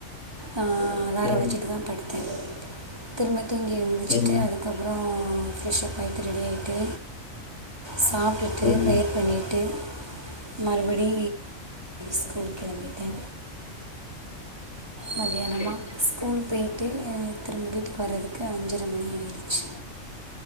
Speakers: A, on the right; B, on the left.
A: ஆ அலாரம்
B: ம்
A: வச்சிட்டு தா படுத்தே திரும்ப தூங்கி எழுந்துச்சுட்டு
B: ம்
A: அது அதுக்கப்பறோ ஃப்ரெஷ்ஷப் ஆய்ட்டு ரெடி ஆய்ட்டு சாப்டுட்டு
B: ம்
A: ப்ரேயர் பண்ணிட்டு மறுபடி ஸ்கூல் கிளம்பிட்டே மதியானமா
B: ஓகே
A: ஸ்கூல் போயி்ட்டு திரும்ப வீட்டுக்கு வரதுக்கு அஞ்சர மணி ஆய்டுச்சு